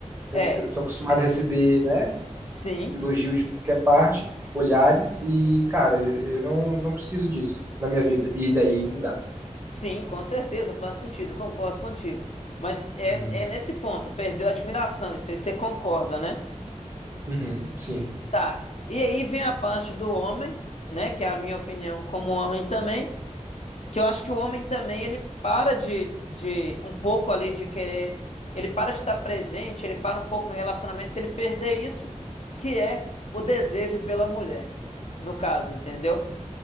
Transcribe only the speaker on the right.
eu,
eu tô acostumado a receber, né?
Elogio de tudo que é parte, olhares e, cara, eu não, não preciso disso na minha vida
e daí mudar.
Uhum,
uhum, sim,